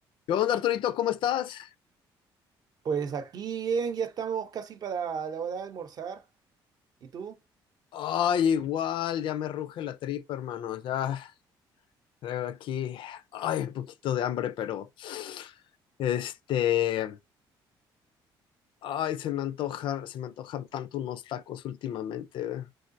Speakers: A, on the left (about 70°); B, on the right (about 45°).
A: ¿Qué onda, Arturito? ¿Cómo estás?
B: Pues aquí bien, ya estamos casi para la hora de almorzar. ¿Y tú?
A: Ay, igual, ya me ruge la tripa, hermano. Ya traigo aquí, ay, un poquito de hambre, pero este, ay, se me antoja, se me antojan tanto unos tacos últimamente. eh.